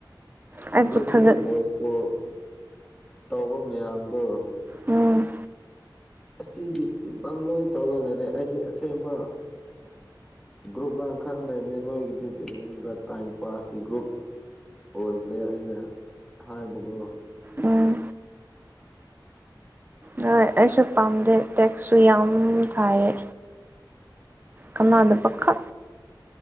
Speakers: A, on the right; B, in the centre.
A: ꯑꯩꯕꯨ
B: ꯒ꯭ꯔꯨꯞꯇꯁꯨ
A: ꯊꯥꯒꯠ
B: ꯚꯣꯏꯁ ꯀꯣꯜ ꯇꯧꯕ ꯃꯌꯥꯝꯗꯣ
A: ꯎꯝ
B: ꯑꯁꯤꯒꯤ ꯐꯤꯕꯝ ꯂꯣꯏ ꯇꯧꯒ ꯂꯩꯔꯦ ꯍꯥꯏꯗꯤ ꯑꯁꯦꯡꯕ ꯒ꯭ꯔꯨꯞ ꯉꯥꯡ ꯈꯔ ꯂꯩꯕꯅꯤ ꯅꯣꯏꯒꯤꯗꯤ ꯀꯔꯤ ꯍꯥꯏꯕ꯭ꯔꯥ ꯇꯥꯏꯝ ꯄꯥꯁꯀꯤ ꯒ꯭ꯔꯨꯞ ꯑꯣꯏꯈ꯭ꯔꯦ ꯑꯩꯅ ꯍꯥꯏꯕꯕꯨ
A: ꯎꯝ ꯍꯣꯏ ꯑꯩꯁꯨ ꯄꯥꯝꯗꯦ ꯇꯦꯛꯁꯨ ꯌꯥꯝ ꯊꯥꯏꯌꯦ ꯀꯅꯥꯗ ꯄꯀꯥ